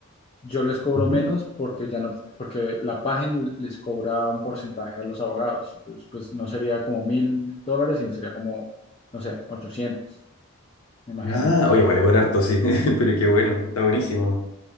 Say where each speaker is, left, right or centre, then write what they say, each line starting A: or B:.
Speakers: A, on the left; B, on the left.
A: Yo les cobro
B: Ujú.
A: menos porque ya no, porque la página les cobra un porcentaje a los abogados. Entonces, pues no sería como mil dólares, sino sería como, no sé, 800 me imagino.
B: Ah, oye, vale, cobrar harto, sí, <laughs> pero qué bueno, está buenísimo.